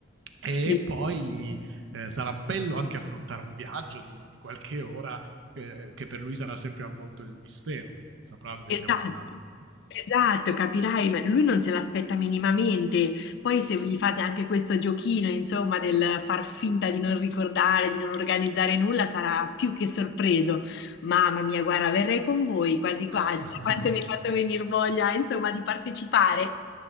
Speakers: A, on the right; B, on the left.
A: E
B: <laughs>
A: poi eh, sarà bello anche affrontare un viaggio di, di qualche ora eh, che per lui sarà sempre avvolto nel mistero, perché non saprà dove
B: Esatto,
A: stiamo andando.
B: esatto, capirai, ma lui non se l'aspetta minimamente. Poi se gli fate anche questo giochino, insomma, del far finta di non ricordare, di non organizzare nulla, sarà più che sorpreso. Mamma mia, guarda, verrei con voi quasi quasi,
A: <laughs>
B: da quanto mi hai fatto venire voglia, insomma, di partecipare.